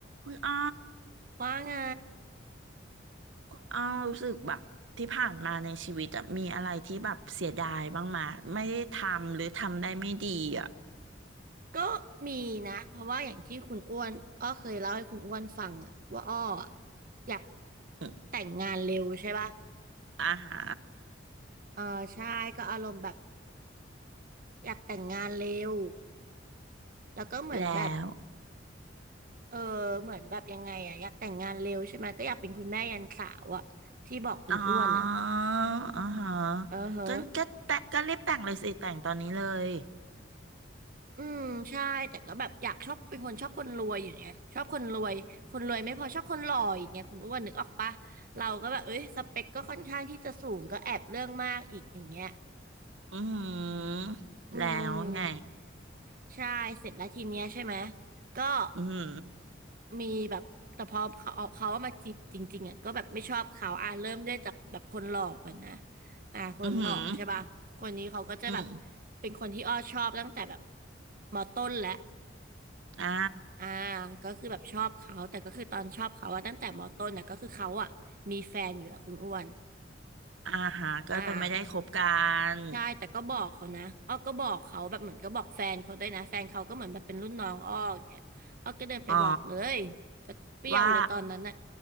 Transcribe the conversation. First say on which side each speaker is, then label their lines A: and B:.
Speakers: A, on the right; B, on the right.
A: อ้อ
B: ว่าไง
A: อ้อรู้สึกแบบที่ผ่านมาในชีวิตอะมีอะไรที่แบบเสียดายบ้างมาไม่ได้ทำหรือทำได้ไม่ดีอะ
B: ก็มีนะเพราะว่าอย่างที่คุณอ้วนอ้อเคยเล่าให้คุณอ้วนฟังอะว่าอ้ออะอยาก
A: อม
B: แต่งงานเร็วใช่ป่ะ
A: อ่าฮะ
B: เออใช่ก็อารมณ์แบบอยากแต่งงานเร็วแล้วก็เหมือนแบบ
A: แล้ว
B: เออเหมือนแบบยังไงอะอยากแต่งงานเร็วใช่ไหมก็อยากเป็นคุณแม่ยันสาวอะที่บอกคุณอ้วนอะ
A: อ๋ออ่าฮะ
B: เออเฮ้อ
A: ก็ก็แต่ก็รีบแต่งเลยสิแต่งตอนนี้เลย
B: อืมใช่แต่ก็แบบอยากชอบเป็นคนชอบคนรวยอยู่ไงชอบคนรวยคนรวยไม่พอชอบคนหล่ออีกไงคุณอ้วนนึกออกปะเราก็แบบเอ้ยสเปคก็ค่อนข้างที่จะสูงก็แอบเรื่องมากอีกอย่างเงี้ย
A: อือหือแล้วไง
B: อืมใช่เสร็จแล้วทีเนี้ยใช่ไหมก็
A: อือหือ
B: มีแบบแต่พอเขาเขาเอามาจีบจริงๆอ่ะก็แบบไม่ชอบเขาอ่ะเริ่มด้วยจากแบบคนหล่อก่อนนะอ่าคนหล่อใช่ปะคนนี้เขาก็จะแบบ
A: อือหืออืม
B: เป็นคนที่อ้อชอบตั้งแต่แบบมอต้นแล้ว
A: อ่า
B: อ่าก็คือแบบชอบเขาแต่ก็คือตอนชอบเขาอะตั้งแต่มต้นนะก็คือเขาอะมีแฟนอยู่แล้วคุณอ้วน
A: อ่าฮะก็เลยไม่ได้คบกั
B: อ่า
A: น
B: ใช่แต่ก็บอกเขานะอ้อก็บอกเขาแบบเหมือนก็บอกแฟนเขาด้วยนะแฟนเขาก็เหมือนแบบเป็นรุ่นน้องอ้ออย่างเงี้ยอ้อก็เดินไปบอกเลยก็เปรี้ยวเลยตอนนั้นน่ะ
A: อ๋อว่า